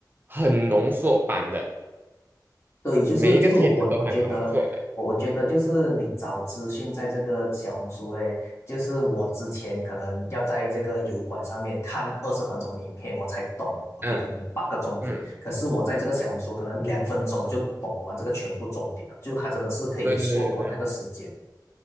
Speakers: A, on the right; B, on the left.
A: 很浓缩版的，
B: 对，就是就是我我我觉得，
A: 每一个帖子都很浓缩的。
B: 我我觉得就是你找资讯在这个小红书嘞，就是我之前可能要在这个油管上面看二十分钟的影片，我才懂，OK，
A: 嗯
B: 可能八个重点，
A: 嗯，
B: 可是我在这个小红书可能两分钟我就懂完这个全部重点了，就它真的是可以缩短那个时间。
A: 对对对对对，